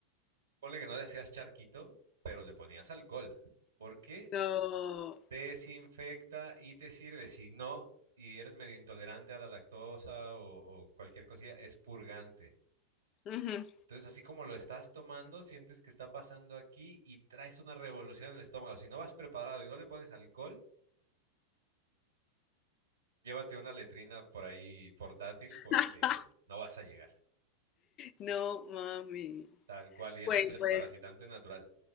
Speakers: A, on the right; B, on the left.
A: ponle que no le hacías charquito, pero le ponías alcohol. Porque
B: no,
A: desinfecta y te sirve. Si no, y eres medio intolerante a la lactosa o, o cualquier cosilla, es purgante.
B: ujú.
A: Entonces, así como lo estás tomando, sientes que está pasando aquí y traes una revolución en el estómago. Si no vas preparado y no le pones alcohol, llévate una letrina por ahí portátil porque
B: <laughs>
A: no vas a llegar.
B: No, mami.
A: Tal cual, y es
B: Güey,
A: un desparasitante
B: pues
A: natural.